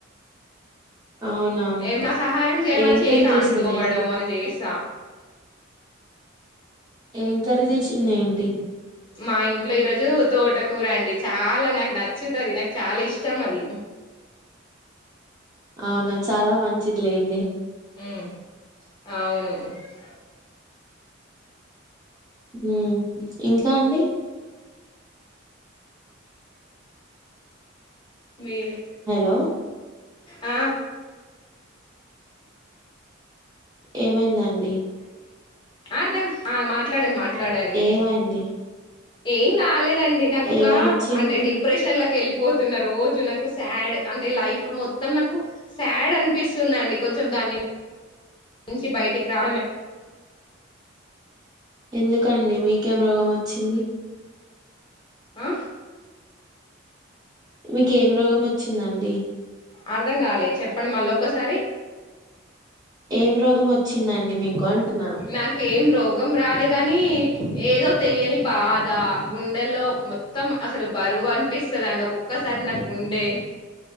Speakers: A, on the right (about 20°); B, on the left (about 25°).
A: అవునా
B: ఏం సహాయం చేయమరి
A: ఏం
B: చేస
A: కర్రీ చేసింది
B: అంట్లు కొమరడం
A: ఏంటి
B: అళ చేసా
A: ఏం కర్రీ చేసింది ఏంటి
B: మా ఇంట్లో ఈరోజు తోటకూర అండి చాలా నాకు నచ్చుతుది నాకు చాలా ఇష్టం అది
A: అవునా చాలా మంచిది లేం
B: ఉ అవును స
A: ఊ ఇంకా అండి
B: మేమే
A: హలో
B: ఆ
A: ఏమైందండి
B: అర్దం మా మాట్లాడ మాట్లాడండి
A: ఏమైంది
B: ఏం కాలే ండి నాకు ఒక
A: ఎవరు వచ్చిండ్రు
B: అంటే డిప్రెషన్ వెళ్ళిపోతున్న రోజు నాకు శాడ్ అంటే లైఫ్ మొత్తం నాకు శాడ్ అనిపిస్తుందిండి కొంచెం దాన్ని నుంచి బయటికి రా
A: ఎందుకండి మీకేం రోగం వచ్చింది
B: ఆ
A: మీకు ఏం రోగం వచ్చిందండి
B: అర్ధం కాలే చెప్పండి మళ్ళీ ఒక్కసారి
A: ఏం రోగం వచ్చిందండి మీకు అంటున్నా
B: నాకు ఏం రోగం రాలేదు కాని ఏదో తెలియని బాధ గుండెల్లో మొత్తం అసలు బరువు అం ఒప్పిస్తుంది అండి ఒక్కసారి నాకి గుండె